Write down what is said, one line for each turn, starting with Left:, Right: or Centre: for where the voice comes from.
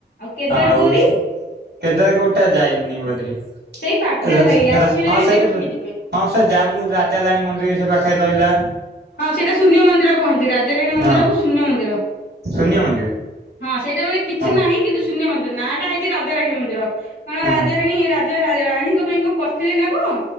Left: କେଦାର
Right: ଆଉ
Left: ଗୌରୀ
Right: କେତେବେଳେ କୋଉଟା ଯାଇନି ବୋଧେ? ହଁ,
Left: ସେଇ ପାଖରେ ଭାଇ ଆସିଲେ ବି
Right: ସେଇଠି
Left: ଦେଖିକି
Right: ହଁ,
Left: ଯିବେ।
Right: ସେ ଜାମୁ ରାଜାରାଣୀ ମନ୍ଦିର ସେ ପାଖ ଖାଇ ପାଇଲା।
Left: ହଁ ସେଇଟା ଶୂନ୍ୟ ମନ୍ଦିର କହନ୍ତି, ରାଜାରାଣୀ ମନ୍ଦିରକୁ
Right: ହଁ
Left: ଶୂନ୍ୟ ମନ୍ଦିର।
Right: ଶୂନ୍ୟ ମନ୍ଦିର?
Left: ହଁ ସେଇଟା ମାନେ କିଛି
Right: ହଁ।
Left: ନାହିଁ, କିନ୍ତୁ ଶୂନ୍ୟ ମନ୍ଦିର ନାଁଟା ହେଇଛି ରାଜାରାଣୀ ମନ୍ଦିର। କାରଣ
Right: ହଁ
Left: ରାଜାରାଣୀ ଯେ ରା ରାଣୀଙ୍କ ପାଇଁ କଣ କରିଥିବେ ନା କଣ?